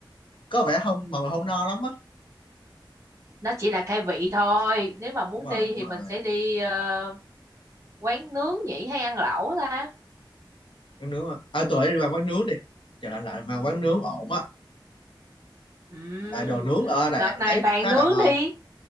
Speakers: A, on the left; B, on the right.
A: có vẻ không mà không no lắm á
B: nó chỉ là khai vị thôi nếu mà muốn
A: đúng rồi
B: đi
A: đúng
B: thì
A: rồi
B: mình sẽ đi ờ, quán nướng nhỉ hay ăn lẩu ta
A: quán nướng à, à tụi bay đi vào quán nướng đi chờ lạnh lạnh mà quán nướng ổn á
B: Ừm,
A: tại đồ nướng ở Đà
B: đợt
A: Lạt tôi
B: này
A: thấy
B: bạn
A: khá
B: nướng
A: là ngon
B: đi